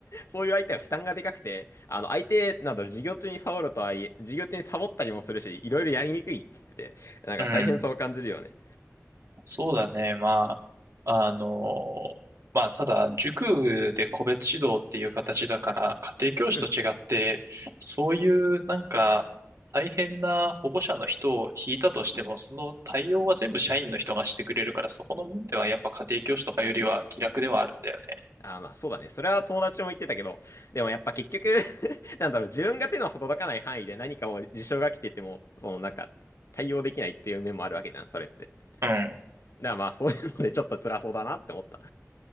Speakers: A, on the left; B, on the right.
A: そういう相手は負担がでかくて、あの、相手など授業中にサボるとはいえ、授業中にサボったりもするし、いろいろやりにくいっつってて、なんか大変さを感じるよね。
B: うん。そうだね。まあ、あの、まあ、ただ、塾で個別指導っていう形だから、家庭教師と違って、
A: うん。
B: そういうなんか、大変な保護者の人を引いたとしても、その対応は全部社員の人がしてくれるから、そこの面ではやっぱ家庭教師とかよりは気楽ではあるんだよね。
A: あーまあそうだね。それは友達も言ってたけど、でもやっぱ結局 <laughs> なんだろう、自分が手の届かない範囲で何かを事象が来てても、そのなんか対応できないっていう面もあるわけじゃん、それって。だか
B: うん。
A: らまあそういうのでちょっと辛そうだなって思った。